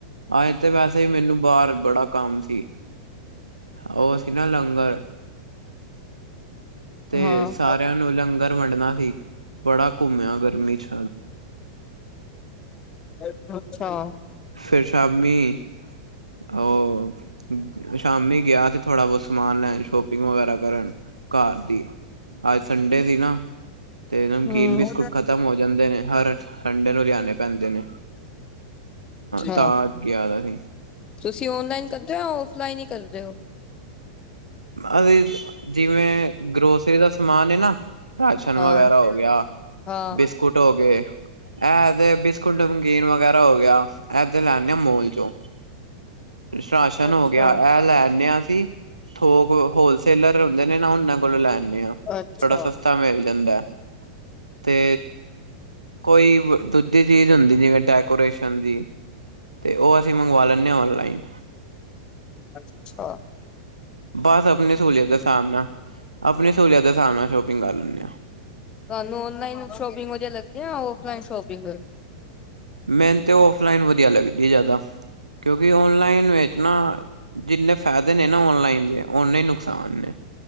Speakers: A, on the right; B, on the left.
A: ਅੱਜ ਤੇ ਵੈਸੇ ਵੀ ਮੈਨੂੰ ਬਾਹਰ ਬੜਾ ਕੰਮ ਸੀ। ਉਹ ਸੀ ਨਾ ਲੰਗ ਲੰਗਰ, ਤੇ
B: ਹਾਂ,
A: ਸਾਰਿਆਂ ਨੂੰ ਲੰਗਰ ਵੰਡਣਾ ਸੀ। ਬੜਾ ਘੁੰਮਿਆ ਗਰਮੀ ਚ।
B: ਅੱਛਾ
A: ਫਿਰ ਸ਼ਾਮੀ ਉਹ, ਸ਼ਾਮੀ ਗਿਆ ਸੀ ਥੋੜਾ-ਬਹੁਤ ਸਮਾਨ ਲੈਣ ਸ਼ੋਪਿੰਗ ਵਗੈਰਾ ਕਰਨ। ਘਰ ਦੀ, ਅੱਜ ਸੰਡੇ ਸੀ ਨਾ। ਤੇ ਨਮਕੀਨ
B: ਹੂੰ,
A: ਬਿਸਕੁਟ ਖਤਮ ਹੋ ਜਾਂਦੇ ਨੇ, ਹਰ ਸੰਡੇ ਨੂੰ ਲਿਆਣੇ ਪੈਂਦੇ ਨੇ।
B: ਹਾਂ।
A: ਤਾਂ ਗਿਆ ਦਾ ਸੀ
B: ਤੁਸੀਂ ਔਨਲਾਈਨ ਕਰਦੇ ਹੋ ਜਾਂ ਔਫਲਾਈਨ ਹੀ ਕਰਦੇ ਹੋ।
A: ਅ ਜਿਵੇਂ ਗਰੋਸਰੀ ਦਾ ਸਮਾਨ ਹੈ ਨਾ। ਰਾਸ਼ਨ
B: ਹਾਂ,
A: ਵਗੈਰਾ ਹੋ ਗਿਆ,
B: ਹਾਂ।
A: ਬਿਸਕੁਟ ਹੋ ਗਏ। ਇਹ ਤੇ ਬਿਸਕੁਟ ਨਮਕੀਨ ਵਗੈਰਾ ਹੋ ਗਿਆ ਇਹ ਤੇ ਲੈਦੇ ਆ ਮੋਲ ਚੋਂ ਰਾਸ਼ਨ
B: ਅੱਛਾ,
A: ਹੋ ਗਿਆ ਇਹ
B: ਅੱਛਾ,
A: ਲੈਦੇ ਅਸੀਂ ਥੋਕ ਹੋਲਸੇਲਰ ਹੁੰਦੇ ਨੇ ਨਾ ਉਹਨਾਂ। ਕੋਲੋਂ ਲੈ ਆਨੇ ਹਾਂ
B: ਅੱਛਾ।
A: ਥੋੜਾ ਸਸਤਾ ਮਿਲ ਜਾਂਦਾ ਏ। ਤੇ ਕੋਈ ਦੂਜੀ ਚੀਜ਼ ਹੁੰਦੀ ਜਿਵੇਂ ਡੈਕੋਰੇਸ਼ਨ ਦੀ ਤੇ ਉਹ ਅਸੀਂ ਮੰਗਵਾ ਲੈਂਦੇ ਹ ਓਨਲਾਈਨ।
B: ਅੱਛਾ।
A: ਬਸ ਆਪਣੀ ਸਹੂਲੀਅਤ ਦੇ ਸਾਬ ਨਾਲ, ਆਪਣੀ ਸੂਲੀਅਤ ਦੇ ਸਾਬ ਨਾਲ ਸ਼ੋਪਿੰਗ ਕਰ ਲੈਂਦੇ ਆ।
B: ਤੁਹਾਨੂੰ ਓਨਲਾਈਨ ਸ਼ੋਪਿੰਗ ਵਧਿਆ ਲੱਗਦੀ ਹੈ ਜਾ ਆਫ਼ਲਾਈਨ ਸ਼ੋਪਿੰਗ।
A: ਮੈਨੂੰ ਤੇ ਆਫਲਾਈਨ ਵਧੀਆ ਲੱਗਦੀ ਜਿਆਦਾ ਕਿਉਂਕਿ ਓਨਲਾਈਨ ਵਿੱਚ ਨਾ। ਜਿੰਨੇ ਫਾਇਦੇ ਨੇ ਨਾ ਔਨਲਾਈਨ ਦੇ, ਉਨੇ ਹੀ ਨੁਕਸਾਨ ਨੇ।